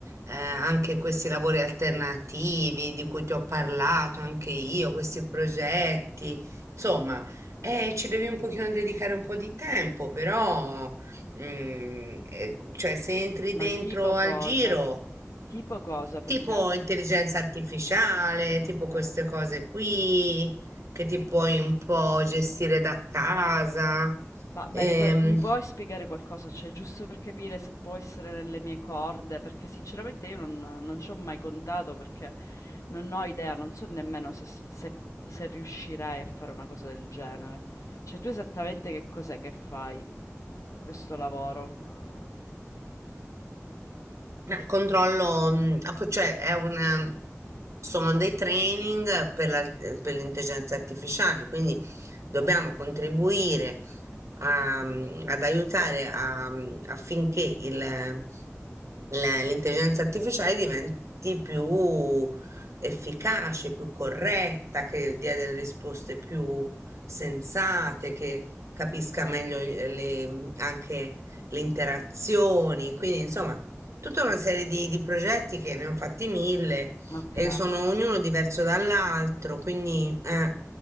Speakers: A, on the right; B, on the left.
A: eh, anche questi lavori alternativi di cui ti ho parlato anche io, questi progetti, insomma, eh, ci devi un pochino dedicare un po' di tempo, però, mm, eh, cioè, se entri
B: Ma
A: dentro
B: tipo
A: al
B: cosa?
A: giro
B: Tipo cosa? Perché...
A: tipo intelligenza artificiale,
B: Ok.
A: tipo queste cose qui che ti puoi un po' gestire da casa.
B: Ma me
A: Ehm,
B: le puoi- mi puoi spiegare qualcosa? Cioè, giusto per capire se può essere nelle mie corde, perché sinceramente io non, non ci ho mai contato, perché non ho idea, non so nemmeno se, se- se riuscirei a fare una cosa del genere. Cioè, tu esattamente che cos'è che fai per sto lavoro?
A: Eh, Controllo, mh, app- cioè è un, sono dei training per la- per l'intelligenza artificiale, quindi dobbiamo contribuire a, mh, ad aiutare a, mh, affinché il- la- l'intelligenza artificiale diventi più efficace, più corretta, che dia delle risposte più sensate, che capisca meglio eh, le- mhmm, anche le interazioni. Quindi, insomma, tutta una serie di, di progetti che ne ho fatti mille
B: Ok.
A: e sono ognuno diverso dall'altro, quindi eh.